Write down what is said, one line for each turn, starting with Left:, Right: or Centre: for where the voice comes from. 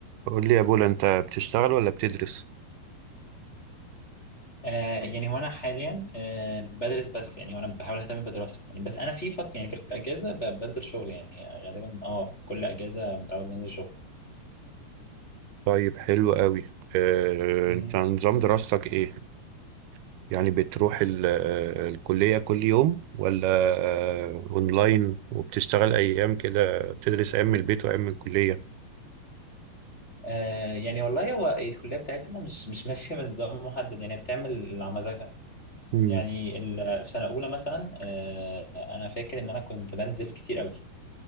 Right: قول لي يا بولا انت بتشتغل ولا بتدرس
Left: آه يعني هو انا حاليا آه بدرس بس يعني وانا بحاول اهتم بدراستي يعني بس انا في فط يعني في الاجازه ب- بنزل شغل يعني آه، غالبا اه كل اجازه متعود انزل شغل
Right: طيب حلو قوي اه
Left: مم.
Right: انت نظام دراستك ايه يعني بتروح ال- آه، الكلية كل يوم ولا آه، اونلاين وبتشتغل ايام كده بتدرس ايام من البيت وايام من الكلية
Left: آه يعني والله هو الكليه بتاعتنا مش مش ماشيه بنظام محدد يعني بتعمل اللي على مزاجها
Right: مم.
Left: يعني ال- في سنه اولى مثلا آه انا فاكر ان انا كنت بنزل كتير قوي